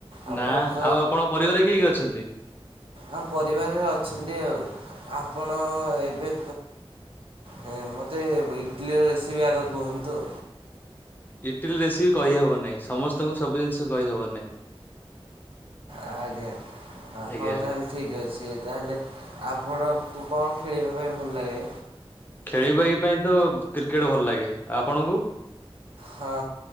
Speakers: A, on the right (about 65°); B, on the left (about 20°).
A: ଆପଣଙ୍କ
B: ନା ଆଉ ଆପଣଙ୍କ ପରିବାର କିଏ କିଏ ଅଛନ୍ତି?
A: ଆଁ ପରିବାରରେ ଅଛନ୍ତି ଆଉ ଆପଣ ଏବେ ହଁ ମୋତେ ଇଟଲିର ରେସିପି ଆଗ କୁହନ୍ତୁ।
B: ଇଟିଲି ରେସିପି କହିହବ ନାହିଁ ସମସ୍ତଙ୍କୁ ସବୁ ଜିନିଷ କହିହବ ନାହିଁ।
A: ଆଜ୍ଞା
B: ଆଜ୍ଞା।
A: ହଉ ତାହେଲେ ଠିକ୍ ଅଛି ତାହେଲେ ଆପଣଙ୍କୁ କଣ ଖେଳିବା ପାଇଁ ଭଲ ଲାଗେ?
B: ଖେଳିବା ପାଇଁ ତ କ୍ରିକେଟ ଭଲ ଲାଗେ ଆପଣଙ୍କୁ?
A: ହଁ